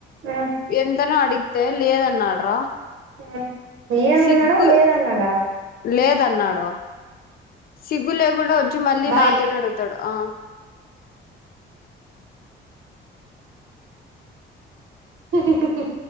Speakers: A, on the right; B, on the left.
A: మ్మ్
B: ఎంతనో అడి తే లేదన్నాడ్రా
A: మ్మ్ ఇయ్యనన్నాడా
B: సిగ్గు
A: లేదన్నాడా
B: లేదన్నాడు సిగ్గు లేకుండా వచ్చి మళ్ళీ
A: బాయ్
B: నాతోనే అడుగుతాడు ఆ
A: హి హి హిహ్